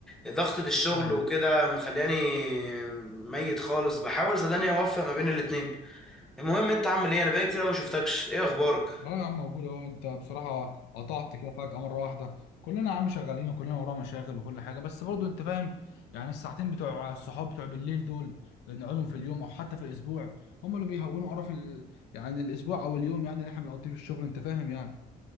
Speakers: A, in the centre; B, on the left.
A: ضغطه الشغل
B: ايوه
A: وكده مخلياني ميت خالص بحاول صدقني اوفق ما بين الاتنين المهم انت عامل ايه انا بقالي كتير قوي ما شفتكش ايه اخبارك
B: اه يا عم موجود اهو انت بصراحه قطعت كده فجاه مره واحده كلنا يا عم شغالين وكلنا ورانا مشاغل وكل حاجه بس برضو انت فاهم يعني الساعتين بتوع الصحاب بتوع بالليل دول اللي نقعدهم في اليوم او حتى في الاسبوع هم اللي بيهونوا قرف ال... يعني الاسبوع او اليوم يعني اللي احنا بنقضيه في الشغل انت فاهم يعني